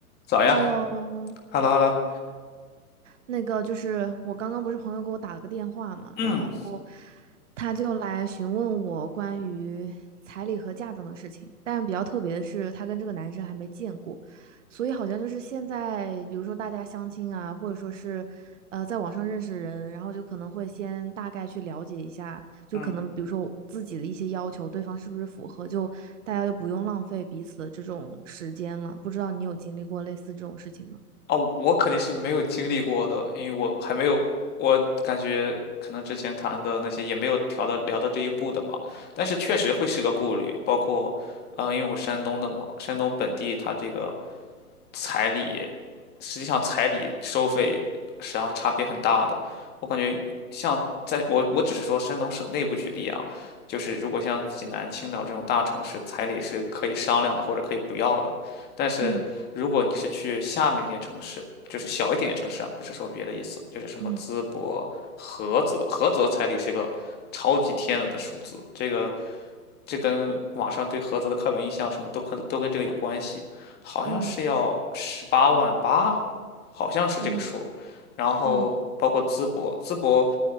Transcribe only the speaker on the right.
Hello，
那个就是我刚刚不是朋友给我打了个电话嘛，
然后他就来询问我关于彩礼和嫁妆的事情，但是比较特别的是，他跟这个男生还没见过，所以好像就是现在，比如说大家相亲啊，或者说是呃在网上认识人，然后就可能会先大概去了解一下，就可能比如说我自己的一些要求，
对方是不是符合，就大家就不用浪费彼此的这种时间了。不知道你有经历过类似这种事情吗？
嗯。
嗯
嗯
嗯
嗯